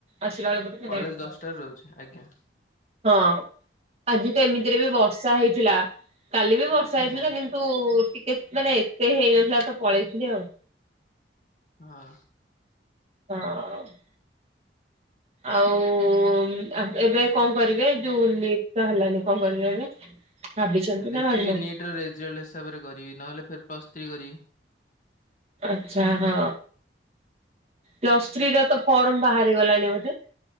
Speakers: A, on the right (about 35°); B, on the left (about 45°).
A: ଆସିଲା ବେଳକୁ ଟିକେ
B: କଲେଜ
A: ଲେଟ୍ ହେଇଯାଉଛି।
B: ଦଶଟାରେ ରହୁଛି, ଆଜ୍ଞା।
A: ହଁ, ଆଜି ତ ଏମିତିରେ ବି ବର୍ଷା ହେଇଥିଲା, କାଲି ବି ବର୍ଷା
B: ଆଜ୍ଞା
A: ହେଇଥିଲା କି ତୁ ଟିକେ ମାନେ ଏତେ ହେଇନଥିଲା ତ ପଳେଇଥିଲି ଆଉ।
B: ହଁ।
A: ହଁ। ଆଉ ଏବେ କଣ କରିବେ ଯଉ ନିଦ ହେଲାନି କଣ କହିଲେ ଏବେ? ଭାବିଛନ୍ତି
B: ଦେଖିବି
A: ନା ଭାବିନାହାନ୍ତି?
B: ନିଟ୍ ର ରେଜଲ୍ଟ ହିସାବରେ କରିବି ନହେଲେ ଫେ ପ୍ଲସ୍ ଥ୍ରୀ କରିବି।
A: ଆଛା ହଁ, ପ୍ଲସ୍ ଥ୍ରୀ ର ତ ଫର୍ମ ବାହାରି ଗଲାଣି ବୋଧେ?